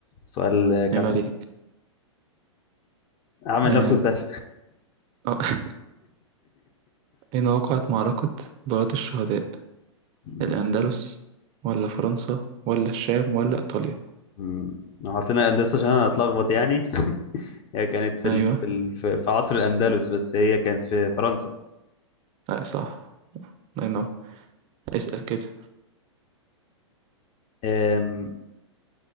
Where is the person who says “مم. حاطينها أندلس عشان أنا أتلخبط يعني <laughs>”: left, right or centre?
Left